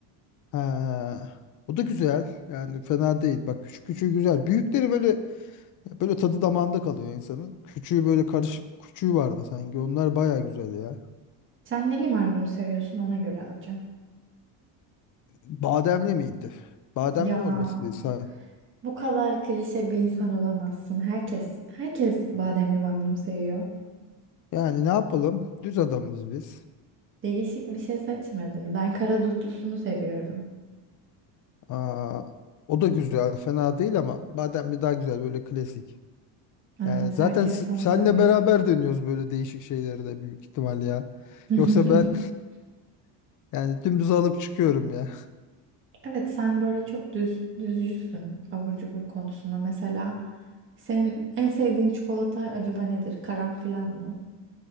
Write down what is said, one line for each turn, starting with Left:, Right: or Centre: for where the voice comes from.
Left: ha, o da güzel. Yani fena değil. Bak küçük küçüğü güzel. Büyükleri böyle böyle tadı damağında kalıyor insanın. Küçüğü böyle karışık küçüğü vardı sanki. Onlar baya güzel ya.
Right: Sen neli magnum seviyorsun ona göre alacağım.
Left: Bademli miydi? Bademli
Right: Ya
Left: olmasıysa.
Right: bu kadar klişe bir insan olamazsın. Herkes herkes bademli magnum seviyor.
Left: Yani ne yapalım? Düz adamız biz.
Right: Değişik bir şey seçmedin. Ben kara dutlusunu seviyorum.
Left: Aa, o da güzel, fena değil ama bademli daha güzel böyle klasik.
Right: Evet,
Left: Yani zaten
Right: herkes
Left: s-
Right: onu
Left: senle
Right: seviyor.
Left: beraber dönüyoruz böyle değişik şeyleri de büyük ihtimal ya.
Right: <laughs>
Left: Yoksa ben <laughs> yani dümdüz alıp çıkıyorum ya.
Right: Evet, sen böyle çok düz düzcüsün abur cubur konusunda. Mesela senin en sevdiğin çikolata acaba nedir? Karanfil mı?